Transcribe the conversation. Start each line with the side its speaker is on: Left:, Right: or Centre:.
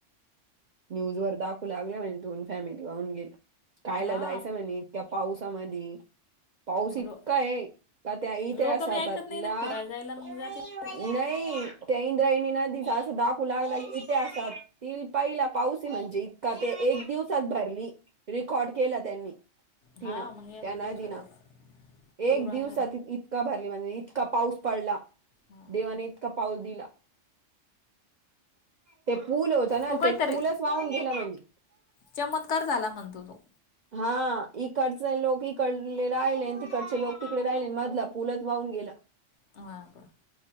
Right: न्यूज वर दाखवू लागले म्हणे दोन फॅमिली वाहून गेल्या. कायाला
Left: हां
Right: जायचं म्हणे, इतक्या पाऊसामदी, पाऊस
Left: मग
Right: इतका
Left: लो
Right: आहे. का त्या इती आसातातला.
Left: लोक बी ऐकत नाही ना फिरायला जायला मग
Right: नई
Left: जाते पाहून
Right: त्या इंद्रायणी नदीच्या आसं दाखू लागल इतीआसात ती पहिला पाऊस आहे म्हणजे, इतका ते एक दिवसात भरली रेकॉर्ड केला त्यांनी. तीनं
Left: हां मग
Right: त्या
Left: एका
Right: नदिनं
Left: दिवसातच पूर
Right: एक
Left: आला
Right: दिवस
Left: ना
Right: इतका भरली म्हने इतका पाऊस पडला.
Left: हां
Right: देवाने इतका पाऊस दिला. ते पूल होता ना,
Left: तो
Right: ते
Left: काहीतरी
Right: पूलच वाहून गेला म्हणे.
Left: चमत्कार झाला म्हणतो तो.
Right: हा इकडचे लोक इकडले राहिले, तिकडचे लोक तिकडे राहिले, मधला पुलच वाहून गेला. <inaudible>
Left: हां का?